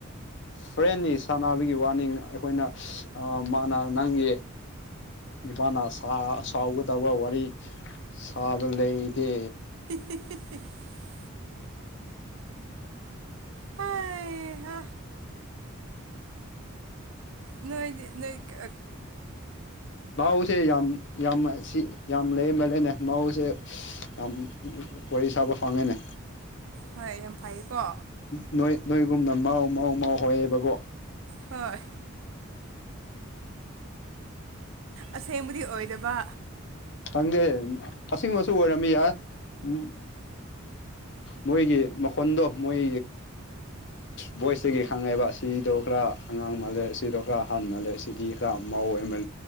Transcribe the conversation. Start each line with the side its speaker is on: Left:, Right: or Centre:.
Left: ꯐ꯭ꯔꯦꯟꯅꯤ ꯁꯥꯟꯅꯕꯒꯤ ꯋꯥꯅꯤꯡ ꯑꯩꯈꯣꯏꯅ ꯃꯥꯅ ꯅꯪꯒꯤ ꯅꯨꯄꯥꯅ ꯁꯥꯎꯒꯗꯕ ꯋꯥꯔꯤ ꯁꯥꯕ ꯂꯩꯇꯦ
Right: ꯇꯨꯠ <inaudible> ꯍꯩ ꯍꯥ ꯅꯣꯏꯗꯤ ꯅꯣꯏ ꯀ
Left: ꯎꯁꯦ ꯌꯥꯝ ꯌꯥꯝ ꯁꯤ ꯌꯥꯝ ꯂꯩꯔꯕ ꯂꯩꯅꯦ ꯃꯥꯧꯁꯦ ꯌꯥꯝ ꯋꯥꯔꯤ ꯁꯥꯕ ꯐꯪꯉꯦꯅꯦ
Right: ꯍꯣꯏ ꯌꯥꯝ ꯐꯩꯌꯦꯀꯣ
Left: ꯅꯣꯏ ꯅꯣꯏꯒꯨꯝꯅ ꯃꯥꯎ ꯃꯥꯎ ꯃꯥꯥꯎ ꯍꯥꯏꯌꯦꯦꯕꯀꯣ
Right: ꯍꯣꯏ ꯑꯁꯦ ꯃꯗꯤ ꯑꯣꯏꯗꯕ
Left: ꯈꯪꯗꯦ ꯑꯁꯦꯡꯕꯁꯨ ꯑꯣꯏꯔꯝꯃꯤ ꯌꯥꯏ ꯎ ꯃꯣꯏꯒꯤ ꯃꯈꯣꯟꯗꯣ ꯃꯣꯏ ꯚꯣꯏꯁꯇꯒꯤ ꯈꯪꯉꯦꯕ ꯑꯁꯤꯗꯣ ꯈꯔ ꯑꯉꯥꯡ ꯃꯥꯜꯂꯦ ꯁꯤꯗꯣ ꯈꯔ ꯑꯍꯥꯟ ꯃꯥꯜꯂꯦ ꯁꯤꯗꯤ ꯈꯔ ꯃꯧ ꯑꯣꯏꯜꯂ